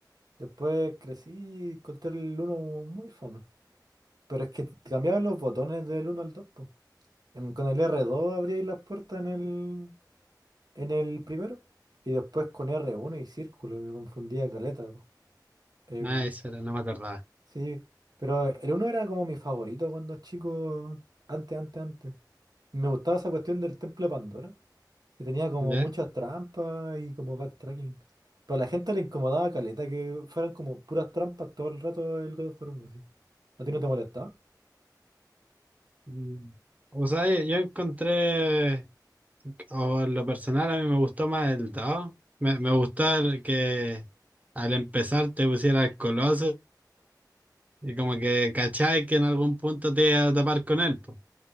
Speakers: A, on the right (about 60°); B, on the right (about 20°).
A: Después crecí y encontré el uno muy fome. Pero es que cambiaban los botones del uno al dos, po. En- con el r 2 abríais las puertas en el, en el primero y después con r uno y círculo, y me confundía caleta, po. Em,
B: Ah, eso era, no me acordaba.
A: sí, pero el uno era como mi favorito cuando chico, antes, antes, antes. Me gustaba esa cuestión del templo de Pandora, que tenía como
B: ¿Ya?
A: muchas trampas y como backtracking. Pero a la gente le incomodaba caleta que fueran como puras trampas todo el rato el God of War uno, así. ¿A ti no te molestaba?
B: Mm. O sea, yo yo encontré. O en lo personal a mí me gustó más el Dao. Me, me gustó el que al empezar te pusiera el Colosio y como que cachai que en algún punto te iba a tapar con él, po.